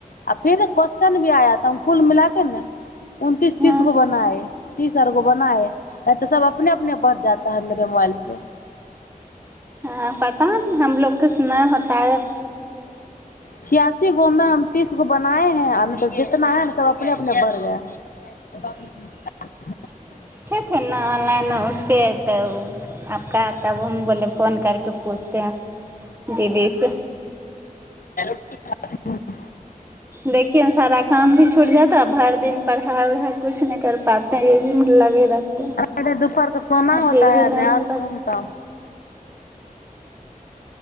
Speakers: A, on the left (about 75°); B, on the right (about 15°).
A: आ फिर क्वस््चन भी आयता कुल मिल के ने उनतीस तीस
B: हाँ
A: गो बनाए तीस आर गो बनाये है तऽ सब अपने अपने बढ़ जात है मेरे मोबाइलसँ
B: हँ पता हमलोग किछ नहि होता है
A: छियासी गो मे हम तीस गो बनाए है आ मतलब तऽना हन सब अपने अपने बर गया
B: ठे ने ऑनलाइन उसपे तऽ आपका तब हम बोले फोन करके पूछते है दीदी से
A: <unintelligible>
B: देखिय ने सारा काम भी छुटि जाता भरि दिन पढ़ाइ उढ़ाइ कुछ नहि कर पाते एही में लगे रहते
A: अरे दोपहर का सोना
B: फिर
A: होता
B: भी
A: है
B: नहि
A: न
B: मन
A: और
B: पे
A: कौन काम